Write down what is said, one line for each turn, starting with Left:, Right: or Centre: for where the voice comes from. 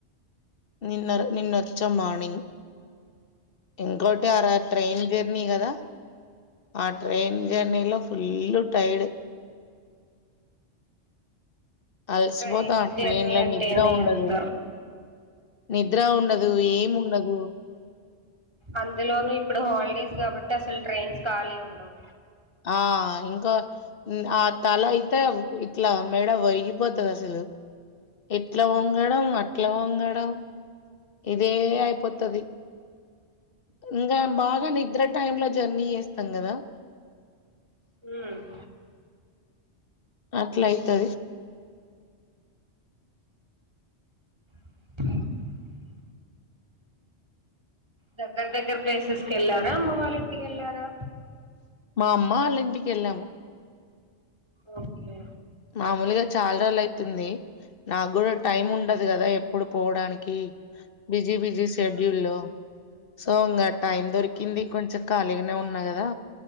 Left: నిన్న నిన్నొచ్చ మార్నింగ్గ్ ఇంకోటి ఆర ట్రైన్ జెర్నీ కదా ఆ ట్రెయిన్ జెర్నీలో ఫుల్ టైడ్ అలసిపోతాము
Right: ట్రైన్స్
Left: ట్రెన్లా
Right: జర్నీ అంటేనే
Left: నిద్రాండదు
Right: అంత
Left: నిద్ర ఉండదు ఏం ఉండదు
Right: అందులోని ఇప్పుడు హాలిడేస్ కాబట్టి అసలు ట్రెన్స్ ఖాళీ ఉండవు
Left: ఆ ఇంకా ఆ తల అయితే ఇట్లా మేడ వరిగిపోతది అసలు <inaudible> ఇట్లా వంగడం అట్లా వంగడం ఇదే అయిపోతది ఇంగ బాగా నిద్ర టైమ్ లో జర్నీ చేస్తాం గదా
Right: ఉమ్
Left: అట్ల అయితది
Right: <inaudible> దగ్గర దగ్గర ప్లేసెస్ కి వెళ్ళారా అమ్మ వాళ్ళ ఇంటి కెళ్ళారా
Left: మా అమ్మ ఆళ్ళింటికి వెళ్ళాము
Right: ఒకే
Left: మామూలుగా చాలా రోజులైతుంది నాకు గూడా టైమ్ ఉండదు కదా ఎప్పుడు పోవడానికి బిజీ బిజీ షెడ్యూల్
Right: ఉమ్
Left: లో సో ఇంకా టైం దొరికింది
Right: ఓ-
Left: కొంచెం ఖాళీగానే ఉన్నా కదా